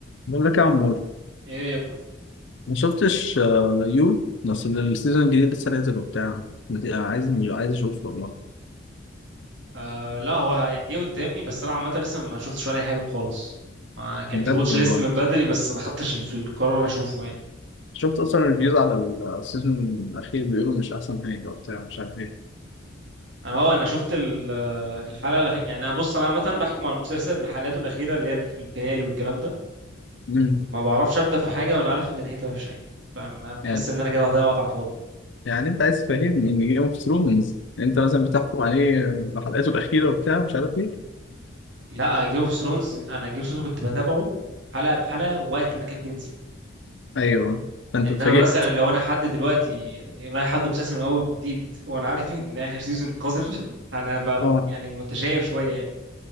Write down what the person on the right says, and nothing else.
ايه يب-
آه لا هو يعني جه قدامي بس انا عامه لسه ما شفتش ولا اي حاجه منه خالص آه كان
في الواتش
ليست من بدري بس ما خدتش ال- في القرار انا اشوفه يعني
انا اه انا شفت ال- آه، الحلقه الاخيره يعني انا بص انا عامه بحكم على المسلسل من حلقاته الاخيره اللي هي في الفينالي والكلام ده
ما بعرفش ابدا في حاجه وانا عارف ان نهايتها وحشه يعني فبحس
ان انا كده هضيع وقت على الفاضي
لا جيم اوف ثرونز انا جيم اوف ثرونز كنت بتابعه حلقه بحلقه وقت ما كان بينزل
انما
مثلا لو انا حد دلوقتي رايح حد مسلسل من اول جديد وانا عارف ان اخر سيزون قذر انا هبقى م-
يعني متشائم شويه يعني